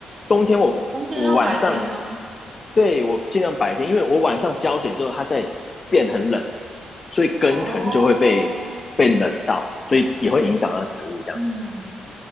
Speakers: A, on the left; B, on the right.
A: 冬天我我晚上
B: 冬天要白天吗？
A: 对我尽量白天，因为我晚上浇水之后，它在变很冷，所以根可能就会被被冷到，
B: 哦，
A: 所以也会影响到植物这样子。
B: 嗯，